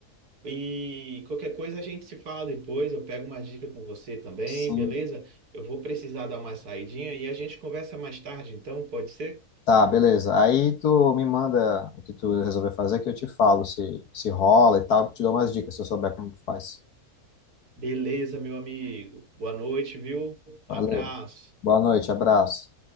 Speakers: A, on the right; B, on the left.
A: E qualquer coisa a gente se fala depois, eu pego uma dica com você também,
B: Sim.
A: beleza? Eu vou precisar dar uma saidinha e a gente conversa mais tarde, então, pode ser?
B: Tá, beleza. Aí tu me manda o que tu resolver fazer, que eu te falo se, se rola e tal. Te dou umas dicas se eu souber como tu faz.
A: Beleza, meu amigo. Boa noite, viu? Abraço.
B: Valeu. Boa noite, abraço.